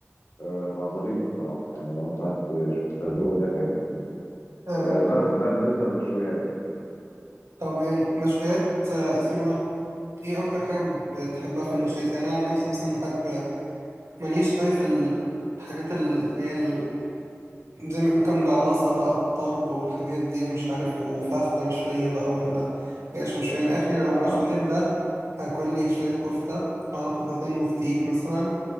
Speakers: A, on the left; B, on the right.
A: آه، فظريف بصراحة يعني لو انت عايز تشوف التجربة دي هتعجبك
B: آه،
A: آه، بس ده بالنسبة للمشويات يعني
B: طب يعني مشويات آه، اسمه ده ايه اكتر حاجة بتحبها في المشويات يعني انا عن نفسي مثلا بحب ماليش أوي في الحاجات اللي هي ال- زي ما بيقولوا كام جعلصة بقى الطرب والحاجات دي ومش عارف وفخدة مشوية بقى ولا هيش مشوية أنا آخري لو
A: اه
B: مشويات ده هاكل لي شوية كفتة على قطعتين بفتيك مثلا